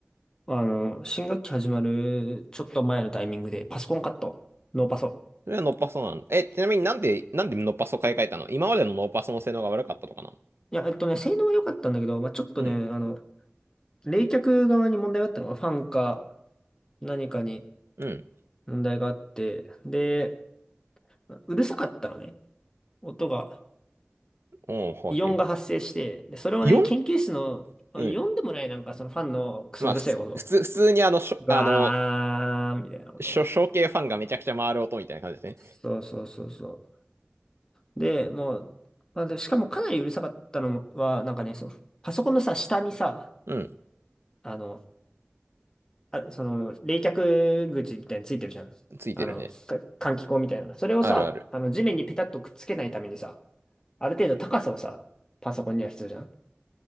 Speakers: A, on the left; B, on the right.
A: あの、新学期始まるちょっと前のタイミングで、パソコン買ったノーパソ。
B: それはノッパソなんだ。え、ちなみになんで、なんでノッパソ買い替えたの今までのノッパソの性能が悪かったとかなの
A: いや、えっとね、性能は良かったんだけど、まあ、ちょっとね、
B: うん、
A: あの、冷却側に問題があったのが、ファンか何かに
B: うん。
A: 問題があって、で、うるさかったのね。音が。
B: おお、
A: イオンが発生して、
B: はいはいは
A: で、それをね、
B: い。4?
A: 研究室の、
B: うん。
A: イオンでもないなんかそのファンのクソうるさい音
B: まあ、普通、普通、普通にあの、しょ、
A: ガーンみたいなこと。
B: あの、しょ、小系ファンがめちゃくちゃ回る音みたいな感じでね。
A: そうそうそうそう。で、もう、まあ、で、しかもかなりうるさかったのもは、なんかね、そう、パソコンのさ、下にさ、
B: うん。
A: あの、あ、その、冷却口みたいについてるじゃん。
B: ついてるね。
A: あの、か換気口みたいな。それをさ、
B: あるある。
A: あの、地面にペタッとくっつけないためにさ、ある程度高さをさ、パソコンには必要じゃん。